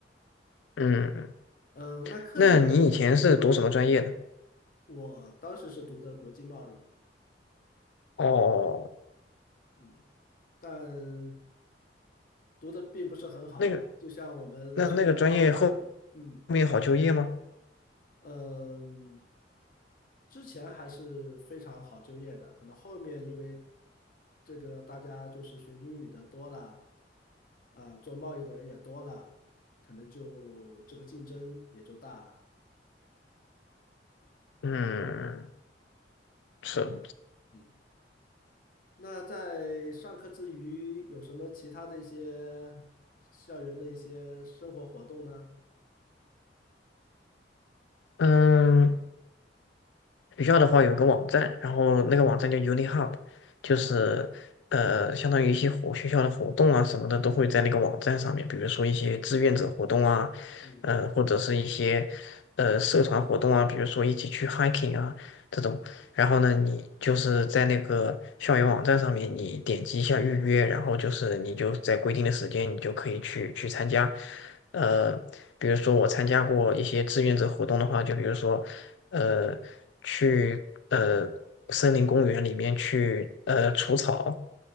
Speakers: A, on the left; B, on the left.
A: 嗯，嗯
B: 嗯，那课业
A: 那你以前是读什么专业的？
B: 之余，我当时是读的国际贸易，
A: 哦，
B: 嗯，但读的并不是很好。
A: 那个，
B: 就像我们说了，
A: 那那个专业后后
B: 到了大学，嗯
A: 面好就业吗？
B: 嗯，之前还是非常好就业的，可能后面因为这个大家就是学英语的多了，啊，做贸易的人也多了，可能就这个竞争也就大了。
A: 嗯，是，
B: 嗯。那在上课之余，有什么其他的一些校园的一些生活活动呢？
A: 嗯。学校的话有个网站，然后那个网站叫 UniHub，就是呃，
B: 啊，
A: 相当于一些活学校的活动啊什么的都会在那个网站上面，比如说一些志愿者活动啊，
B: 嗯
A: 呃，或者是一些呃社团活动啊，比如说一起去 hiking 啊这种，然后呢，你就是在那个校园网站上面，你点击一下预约，然后就是你就在规定的时间，你就可以去去参加。呃，比如说我参加过一些志愿者活动的话，就比如说，呃，去呃森林公园里面去呃除草，